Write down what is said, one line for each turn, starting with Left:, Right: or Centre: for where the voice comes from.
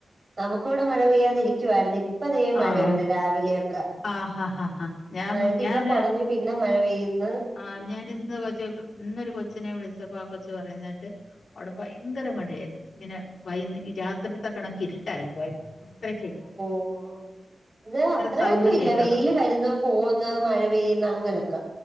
Right: നമുക്കിവിടെ മഴ പെയ്യാതിരിക്കുവായിരുന്ന ഇപ്പൊ ഇതേ മഴയുണ്ട്
Left: ആണോ?
Right: രാവിലെയൊക്കെ
Left: ആഹ് ഹ ഹ ഹ ഞാൻ
Right: എന്നിട്ട്
Left: ഞാന്
Right: ഇപ്പൊ കുറഞ് പിന്നെ മഴ പെയ്ന്ന്.
Left: ആഹ് ഞാൻ ഇന്ന് കൊച്ച ഇന്നൊരു കൊച്ചിനെ വിളിച്ചപ്പോ ആ കൊച്ചു പറയുന്ന കേട്ട് അവിടെ ഭയങ്കര മഴയായിരുന്നു ഇങ്ങനെ വൈക രാത്രിത്തെ കണക്കി ഇരിട്ടായി പോയ <unintelligible>
Right: ഓഹ് ഇത് അത്രയൊന്നും
Left: സൗണ്ടും
Right: ഇല്ല.
Left: കേൾക്കുന്നു
Right: വെയില് വരുന്ന്, പോകുന്ന്, മഴ പെയ്യുന്ന് അങ്ങനൊക്കെ.